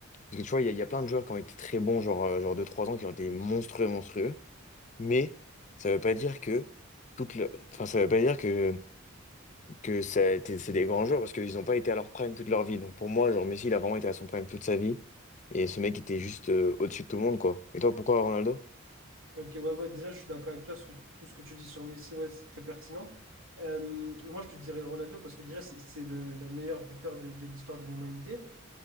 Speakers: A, on the left (about 35°); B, on the right (about 85°).
A: Parce que tu vois, il y, a il y a plein de joueurs qui ont été très bons, genre, euh, genre deux trois ans, qui ont été monstrueux, monstrueux. Mais ça veut pas dire que. Toute le... enfin, ça veut pas dire que, que ça a été- c'est des grands joueurs parce qu'ils n'ont pas été à leur prime toute leur vie. Donc pour moi, genre Messi, il a vraiment été à son prime toute sa vie. Et ce mec était juste euh, au-dessus de tout le monde, quoi. Et toi, pourquoi Ronaldo?
B: Ok, ouais, ouais, déjà, je suis d'accord avec toi. Ce que, tout ce que tu dis sur Messi, ouais, c'est très pertinent. Euh, moi, je te dirais Ronaldo parce que déjà, c'est c'est le, le meilleur buteur de, de l'histoire de l'humanité.